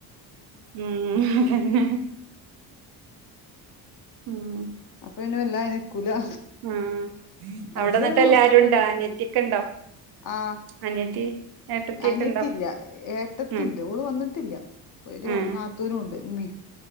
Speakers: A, on the right (about 55°); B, on the left (about 45°).
A: ഉം അതെന്നെ ഉം
B: പിന്നല്ല ഇ കുലാ
A: ഉം അവിടെ
B: അതിലെയുള്ള
A: എന്നിട്ട് എല്ലാരും
B: നത്തക്കെണ്
A: ഉണ്ടോ അനിയത്തിയൊക്കെ ഉണ്ടോ
B: ആ
A: അനിയത്തി ഏട്ടത്തിയൊക്കെ
B: അനിയത്തിയില്ല
A: ഉണ്ടോ
B: ഏട്ടത്തിണ്ട്
A: ഉം
B: ഓള് വന്നിട്ടില്ല ഒരു
A: ഉം
B: നാത്തൂനും ഉണ്ട് ഉമ്മീ